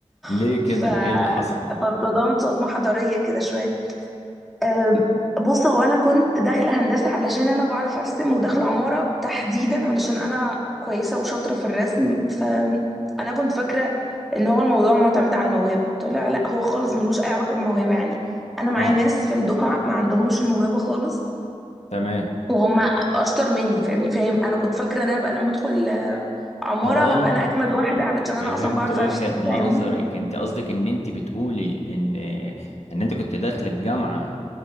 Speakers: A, on the left; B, in the centre.
A: ليه
B: <laughs>
A: كده
B: ف
A: ايه اللي حصل
B: فاتصدمت صدمه حضاريه كده شويه أم، بص هو انا كنت داخله هندسه علشان انا بعرف ارسم وداخله عماره تحديدا علشان انا كويسه وشاطره في الرسم فانا كنت فاكره ان هو الموضوع معتمد على الموهبه طلع لا هو خالص ملوش اي علاقه بالموهبه يعني انا معايا
A: اه
B: ناس في الدفعه ما عندهمش الموهبه خالص
A: تمام
B: وهم اشطر مني فاهمني فاهم انا كنت فاكره ان انا بقى لما ادخل عماره
A: اه
B: هبقى انا اجمد واحده علشان انا
A: فهمت
B: اصلا بعرف
A: وجهة
B: ارسم
A: نظرك
B: فاهمني
A: انت قصدك ان انت بتقولي ان ان انت كنت داخله الجامعة